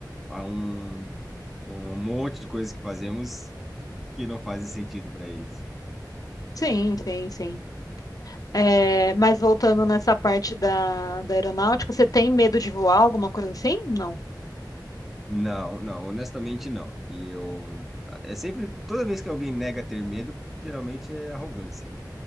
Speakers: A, in the centre; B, on the left.
A: há um, um monte de coisas que fazemos que não fazem sentido para eles.
B: Sim, sim, sim. É, mas voltando nessa parte da, da aeronáutica, você tem medo de voar, alguma coisa assim? Não.
A: Não, não, honestamente não. E eu. É sempre. Toda vez que alguém nega ter medo, geralmente é arrogância, né?